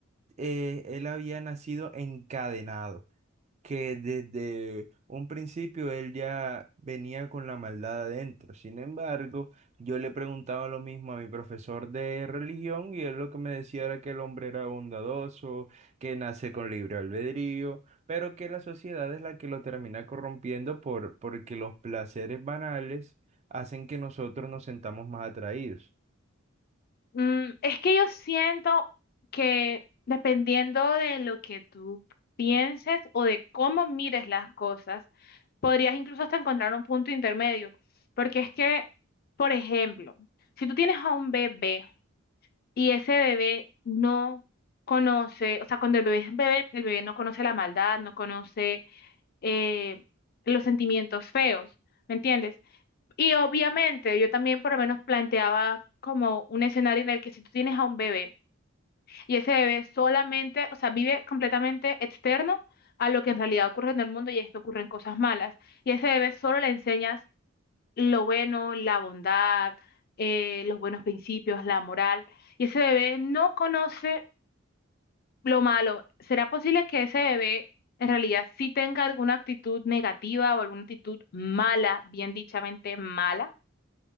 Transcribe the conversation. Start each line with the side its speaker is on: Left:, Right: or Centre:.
Right: eh, él había nacido encadenado, que desde un principio él ya venía con la maldad adentro. Sin embargo, yo le preguntaba lo mismo a mi profesor de religión y él lo que me decía era que el hombre era bondadoso, que nace con libre albedrío, pero que la sociedad es la que lo termina corrompiendo por, porque los placeres banales hacen que nosotros nos sentamos más atraídos.
Left: Mm, es que yo siento que dependiendo de lo que tú pienses o de cómo mires las cosas, podrías incluso hasta encontrar un punto intermedio, porque es que, por ejemplo, si tú tienes a un bebé, Y ese bebé no conoce, o sea, cuando el bebé es bebé, el bebé no conoce la maldad, no conoce eh, los sentimientos feos, ¿me entiendes? Y obviamente yo también por lo menos planteaba como un escenario en el que si tú tienes a un bebé y ese bebé solamente, o sea, vive completamente externo a lo que en realidad ocurre en el mundo y esto ocurren cosas malas, y a ese bebé solo le enseñas lo bueno, la bondad, eh, los buenos principios, la moral. Y ese bebé no conoce lo malo, ¿será posible que ese bebé en realidad sí tenga alguna actitud negativa o alguna actitud mala, bien dichamente mala?